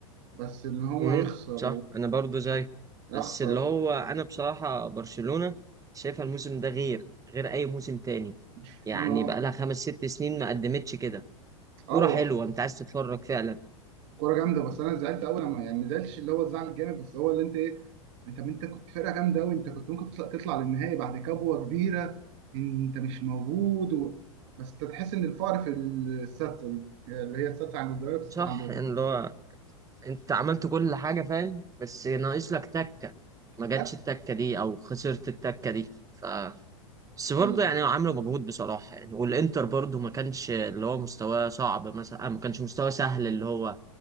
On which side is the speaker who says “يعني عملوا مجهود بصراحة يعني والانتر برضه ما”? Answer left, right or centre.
Right